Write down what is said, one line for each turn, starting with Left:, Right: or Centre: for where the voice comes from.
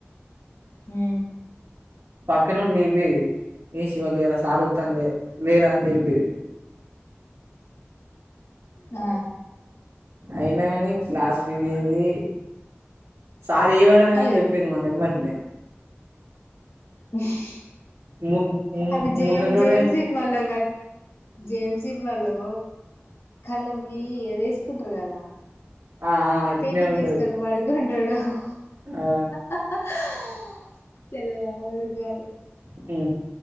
Left: హు
Right: ఎక్క ను లేపేది ఏ శివ లేరా సార్ చూస్తాండు లే లేరా అని లేపేది
Left: ఆ
Right: అయినా కాని క్లాస్ వినేది
Left: మ
Right: సార్ ఏమనడు
Left: అ
Right: అని చెప్పేది మళ్ళ ఎమ్మటనే
Left: <unintelligible>
Right: ము ము
Left: అది జయం
Right: ముందటోడే
Left: జయంమ్ సినిమాలో జేమ్ సినిమాలో కళ అది వేసుకుంటారు కదా
Right: ఆ
Left: <unintelligible>
Right: ఆ అట్నే ఉంటది ఆ
Left: <unintelligible>
Right: హు